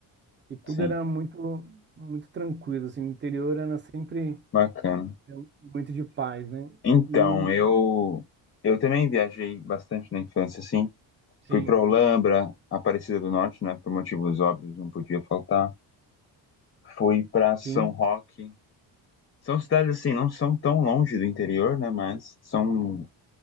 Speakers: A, on the right; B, on the left.
A: e tudo
B: Sim,
A: era muito muito tranquilo. Assim, o interior era sempre
B: bacana.
A: É um muito de paz, né?
B: Então,
A: E
B: eu eu também viajei bastante na infância, assim.
A: sim,
B: Fui pra Olambra, Aparecida do Norte, né? Por motivos óbvios, não podia faltar. Fui pra São
A: sim,
B: Roque. São cidades assim, não são tão longe do interior, né? Mas são